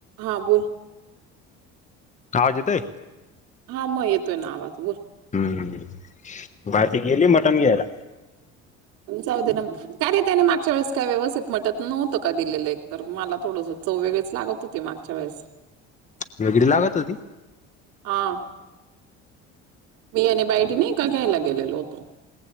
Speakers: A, on the right; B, on the left.
A: हां बोल.
B: आवाज येतोय.
A: हा मग येतोय ना आवाज बोल.
B: हम्म भारती गेली
A: हम्म.
B: मटण घ्यायला
A: जाऊ दे ना मग काय रे त्याने मागच्या वेळेस काय व्यवस्थित मटण नव्हत का दिलेलं एक तर मला थोडंस चव वेगळेच लागत होती मागच्या वेळेस
B: वेगळी लागत होती
A: हां. मी आणि बायडी नाय का घ्यायला गेलेलो होतो